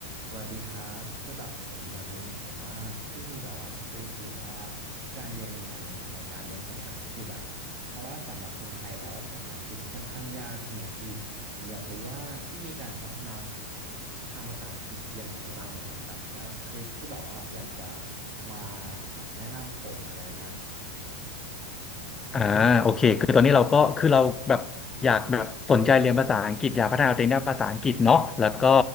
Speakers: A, on the right; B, on the left.
A: สวัสดีครับคือแบบผมอยากรู้เหมือนกันว่าพี่มีแบบว่าทริคหรือว่าการเรียนยังไงในการเรียนภาษาอังกฤษอะเพราะว่าสำหรับคนไทยแล้วอะภาษาอังกฤษค่อนข้างยากใช่ไหมพี่ผมอยากรู้ว่าพี่มีการพัฒนาทางภาษาอังกฤษยังไงบ้างไหมครับแบบแล้วทริคที่แบบว่าอยากจะมาแนะนำผมอะไรเงี้ย
B: อ่าโอเคคือตอนนี้เราก็คือเราแบบอยากแบบสนใจเรียนภาษาอังกฤษอยากพัฒนาตัวเองด้านภาษาอังกฤษเนาะแล้วก็